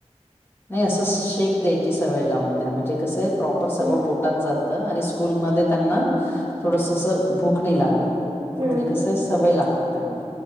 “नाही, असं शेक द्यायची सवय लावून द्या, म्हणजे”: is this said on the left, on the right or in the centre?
Left